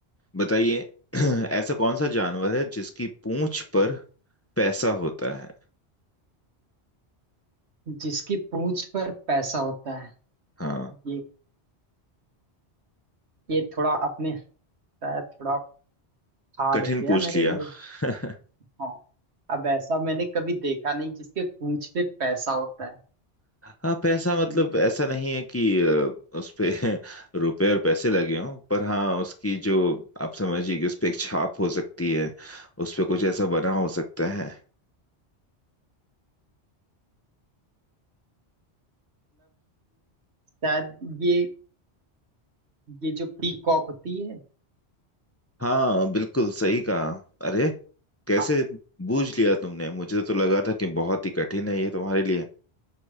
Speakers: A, on the left; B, on the right.
A: बताइए <clears throat> ऐसा कौन सा जानवर है जिसकी पूंछ पर पैसा होता है
B: जिसकी पूंछ पर पैसा होता है
A: हाँ
B: ये ये थोड़ा अपने होता है, थोड़ा हार्ड
A: कठिन
B: हो गया
A: पूछ
B: मेरे
A: लिया
B: लिए
A: <laughs>
B: हाँ अब ऐसा मैंने कभी देखा नहीं जिसके पूंछ पे पैसा होता है
A: हाँ पैसा मतलब
B: मतलब
A: ऐसा नहीं है कि अ, उस पे <laughs> रुपए और पैसे लगे हों पर हाँ उसकी जो आप समझिए कि उस पे एक छाप हो सकती है उस पे कुछ ऐसा बना हो सकता है
B: शायद ये ये जो पीकॉक होती है
A: हाँ बिल्कुल सही कहा अरे कैसे
B: हाँ,
A: बूझ लिया तुमने मुझे तो लगा था कि बहुत ही कठिन है ये तुम्हारे लिए